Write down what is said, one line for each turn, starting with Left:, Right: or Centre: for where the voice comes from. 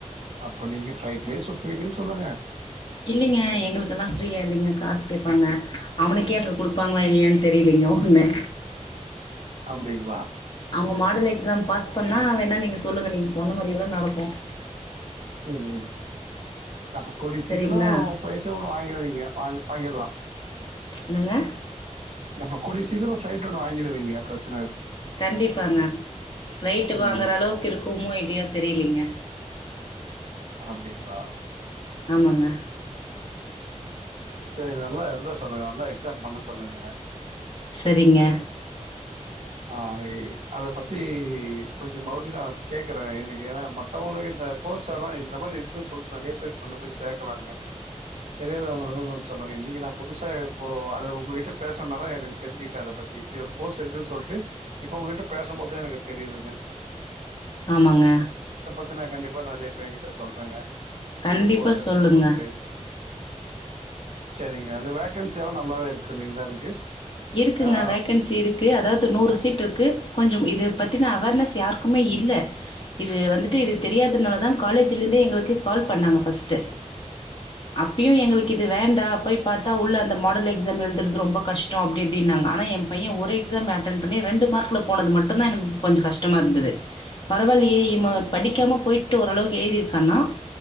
Right: அப்ப நீங்க பிளைட்லயே சுத்துவீங்கன்னு சொல்லுங்க
Left: இல்லைங்க எங்களுக்கெல்லாம் ஃப்ரீயா இல்லைங்க காசு கேப்பாங்க அவனுக்கே அங்க குடுப்பாங்களா இல்லையான்னு தெரியலீங்க ஒண்ணு
Right: அப்டிங்
Left: அவுங்க மாடல் எக் எக்ஸாம் பாஸ் பண்ணா வேணா நீங்க சொல்லுங்க நீங்க சொன்ன மாரி எல்லாம் நடக்கும்
Right: உம் அப்ப கூடிய
Left: சரிங்களா
Right: சீக்கிரம் பிளைட்டே ஒண்ணு வாங்கிடுவீங்க வாங்க வாங்கிலாம்
Left: என்னங்க
Right: அப்ப கூடிய சீக்ரம் பிளைட் ஒன்னு வாங்கிடுவீங்க பிரச்
Left: கண்டிப்பாங்க ஃப்ளைட்டு்
Right: ம்
Left: வாங்குற அளவுக்கு இருக்குமோ இல்லையோ தெரியலைங்க
Right: அப்டிங்களா
Left: ஆமாங்க
Right: சரி நல்லா எழுத சொல்லுங்க நல்லா எக்ஸாம் பண்ண சொல்லுங்க
Left: சரிங்க
Right: ஆஹ அதை பத்தி கொஞ்சம் மறுபடியும் நான் கேக்குறேன் எனக்கு ஏன்னா மத்தவங்களுக்கு இந்த கோர்ஸ் எல்லாம் இந்த மாரி இருக்குன்னு சொல்லிட்டு நறைய பேர் கொண்டு போய் சேர்க்கலாங்க தெரியாதவங்களுக்கு கொஞ்சம் சொல்லுங்க இன்னைங்க நான் புதுசா இப்போ அதை உங்ககிட்ட பேசுனதுனால எனக்கு தெரிஞ்சுக்கிட்டேன் அதை பத்தி இப்படி ஒரு கோர்ஸ் இருக்குன்னு சொல்லி இப்ப உங்ககிட்ட பேசும்போது எனக்கு தெரியுதுங்க
Left: ஆமாங்க
Right: நான் கண்டிப்பா நறைய பேர் கிட்ட சொல்றேங்க இப்டி
Left: கண்டிப்பா
Right: ஒரு கோர்ஸ் இருக்குன்னு
Left: சொல்லுங்க
Right: சொல்ட்டு சரிங்க அது வேக்கன்சி எல்லாம் நல்லாவே இருக்குங்களா அதுக்கு
Left: இருக்குங்க
Right: ஏன்னா
Left: வேக்கன்சி இருக்கு அதாவது நூறு சீட்ருக்கு கொஞ்சம் இது பத்தினா அவேர்னஸ் யாருக்குமே இல்லை இது வந்துட்டு இது தெரியாதனால தான் காலேஜலேந்தே எங்களுக்கு கால் பண்ணாங்க ஃபர்ஸ்ட்டு அப்பயும் எங்களுக்கு இது வேண்டா போய் பாத்தா உள்ள அந்த மாடல் எக்ஸாம் எழுதுறது ரொம்ப கஷ் டம் அப்படி அப்படின்னாங்க ஆனா என் பையன் ஒரு எக்ஸாம் பண்ணி ரெண்டு மார்க்ல போனது மட்டும் தான் எனக்கு கொஞ்சம் கஷ்டமா இருந்தது பரவாயில்லையே இவன் படிக்காம போயிட்டு ஓரளவுக்கு எழுதியிருக்கானா